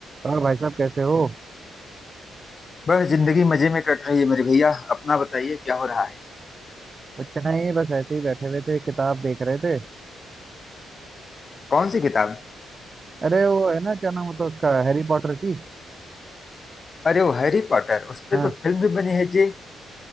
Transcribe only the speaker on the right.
और भाई साहब कैसे हो
कुछ नहीं बस ऐसे ही बैठे हुए थे किताब देख रहे थे
अरे वो है ना क्या नाम होता है उसका हैरी पॉटर की
हाँ